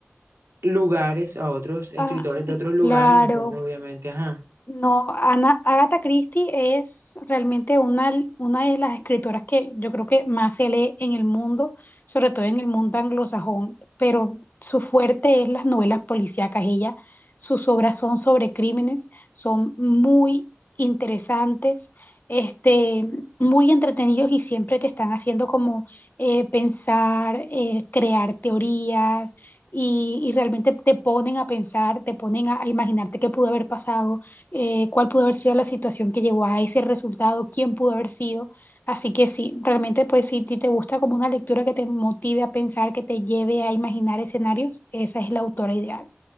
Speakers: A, on the right; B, on the left.
A: lugares, a otros escritores
B: Ah,
A: de otros lugares,
B: claro.
A: entonces obviamente, ajá.
B: No, Ana, Agatha Christie es realmente una, una de las escritoras que yo creo que más se lee en el mundo, sobre todo en el mundo anglosajón, pero su fuerte es las novelas policíacas. Ella, sus obras son sobre crímenes, son muy interesantes, este, muy entretenidos y siempre te están haciendo como eh, pensar, eh, crear teorías. Y, y realmente te ponen a pensar, te ponen a a imaginarte qué pudo haber pasado eh, cuál pudo haber sido la situación que llevó a ese resultado, quién pudo haber sido. Así que sí, realmente pues si ti te gusta como una lectura que te motive a pensar, que te lleve a imaginar escenarios, esa es la autora ideal.